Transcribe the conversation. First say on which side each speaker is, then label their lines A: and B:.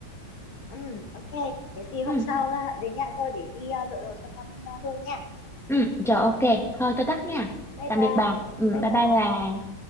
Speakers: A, on the left; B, in the centre.
A: ừ ok thế thì hôm
B: Ừ.
A: sau ra đến nhà tôi để đi à, lựa đồ cho con à, Hương nha
B: Ừ, rồi ok. Thôi tôi tắt nha.
A: bye
B: Tạm
A: bye
B: biệt bà. Ừ,
A: bye
B: bye
A: bye
B: bye bà.